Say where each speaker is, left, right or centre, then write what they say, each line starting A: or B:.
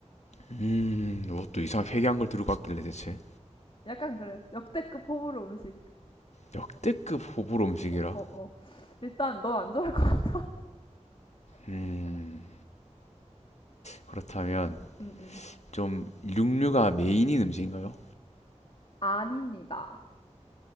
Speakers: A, on the left; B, on the left.
A: 음, 이것도 이상 회개한 걸 들고 왔길래 대체
B: 약간 그래. 역대급 호불호 음식.
A: 역대급 호불호 음식이라.
B: 어, 어. 일단 넌 안 좋아할 거.
A: 음 그렇다면
B: 음, 음.
A: 좀 육류가 메인인 음식인가요?
B: 아닙니다.